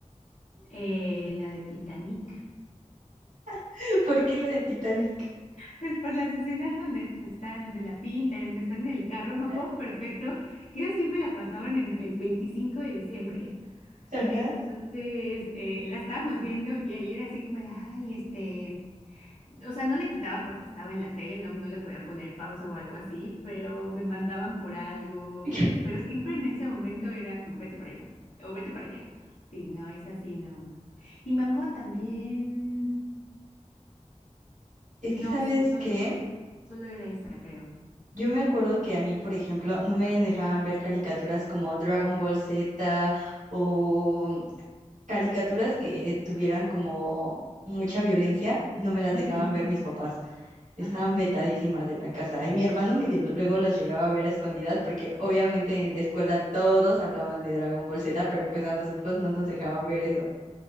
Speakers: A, on the left (about 70°); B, on the right (about 85°).
A: Eh, la de Titanic.
B: <laughs> ¿Por qué la de Titanic?
A: Pues por las escenas donde están, donde la pinta y donde están en el carro, me acuerdo
B: ¿Eh?
A: perfecto que ellos siempre la pasaban en el 25 de diciembre.
B: Ajá.
A: Entonces eh, la estábamos viendo y ayer así como de, ay, este, O sea, no le quitaban porque estaba en la tele, no, no le podían poner pausa o algo así, pero me mandaban por algo.
B: <laughs>
A: Pero siempre en ese momento era como, vete para allá, o vete para allá. Sí, no es así, no. Y me acuerdo también,
B: Es
A: no,
B: que, ¿sabes
A: sí, solo,
B: qué?
A: solo era esa, creo.
B: Yo me acuerdo que a mí, por ejemplo, no me dejaban ver caricaturas como Dragon Ball Z o caricaturas que tuvieran como mucha violencia, no me las dejaban
A: Ujú,
B: ver mis papás. Estaban
A: Ajá.
B: vetadísimas de la casa. Y mi hermano medio luego los llegaba a ver a escondidas porque obviamente en la escuela todos hablaban de Dragon Ball Z, pero pues a nosotros no nos dejaban ver eso.